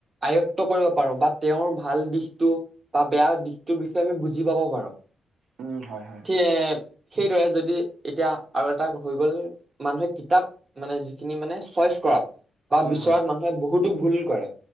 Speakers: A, on the right; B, on the right.
A: আয়ক্ত কৰিব পাৰো বা তেওঁৰ ভাল দিশটো বা বেয়া দিশটোৰ বিষয়ে আমি বুজি পাব পাৰোঁ অ
B: উম হয় হয়
A: সেইদৰে যদি এতিয়া আৰু এটা হৈ গ'ল মানুহে কিতাপ মানে যিখিনি মানে চইচ কৰাত বা
B: হয়
A: বিচৰাত
B: হয়
A: মানুহে বহুতো ভুল কৰে